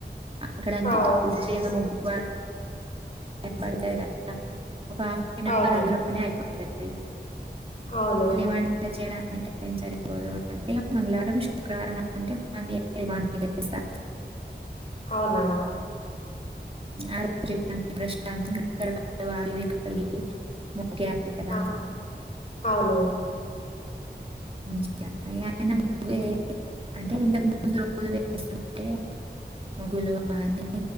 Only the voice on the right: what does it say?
ఆక్కడ అంత
తుడిచి ముగ్ వా పడతాయి కదా ఒక హాఫ్ అన్ అవర్
అందులోనే అయిపో సరే
మళ్లీ వంట చేయాలి <unintelligible> బుధవారం అంటే మంగళవారం శుక్రవారం అంటే ఎర్లీ మార్నింగ్ లేస్తా
ఆరోగ్య ప్రశాంత వివేగి <unintelligible> <unintelligible> గ్యారెంటీ కదా
<unintelligible> అంటే ఇంతకు ముందు రోజు వేస్తుంటే మగులు అని